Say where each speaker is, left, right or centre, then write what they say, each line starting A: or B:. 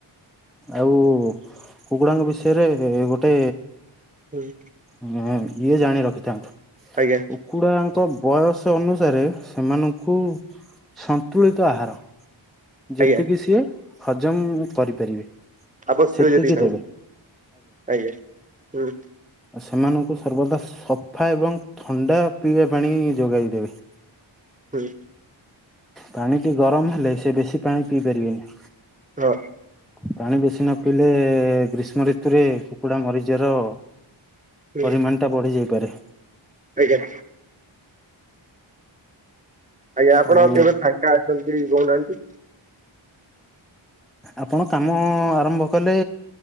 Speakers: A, in the centre; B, on the right.
A: ଆଉ କୁକୁଡ଼ାଙ୍କ ବିଷୟରେ ଗୋଟେ
B: ହୁଁ।
A: <unintelligible> ଇଏ ଜାଣି ରଖିଥାନ୍ତୁ।
B: ଆଜ୍ଞା।
A: କୁକୁଡ଼ାଙ୍କ ବୟସ ଅନୁସାରେ ସେମାନଙ୍କୁ ସନ୍ତୁଳିତ ଆହାର ଯେତିକି
B: ଆଜ୍ଞା
A: ସିଏ ହଜମ କରିପାରିବେ।
B: ଆବଶ୍ୟକ
A: ସେତିକି
B: ଯେତିକି ତାଙ୍କୁ
A: ଦେବେ
B: ଆଜ୍ଞା ହୁଁ।
A: ଆ ସେମାନଙ୍କୁ ସର୍ବଦା ସଫା ଏବଂ ଥଣ୍ଡା ପିଇବା ପାଣି ଯୋଗାଇ ଦେବେ।
B: ହୁଁ।
A: ପାଣିଟି ଗରମ ହେଲେ ସେ ବେଶି ପାଣି ପିଇ ପାରିବେନି।
B: ହଁ।
A: ପାଣି ବେଶୀ ନ ପିଇଲେ ଗ୍ରୀଷ୍ମ ଋତୁରେ କୁକୁଡ଼ା ମରିଯିବାର
B: ହୁଁ
A: ପରିମାଣ ଟା ବଢି ଯାଇପାରେ।
B: ଆଜ୍ଞା। ଆଜ୍ଞା ଆପଣ
A: ଆଉ
B: କେବେ ଫାଙ୍କା ଅଛନ୍ତି କହୁନାହାନ୍ତି।
A: ଆପଣ କାମ ଆରମ୍ଭ କଲେ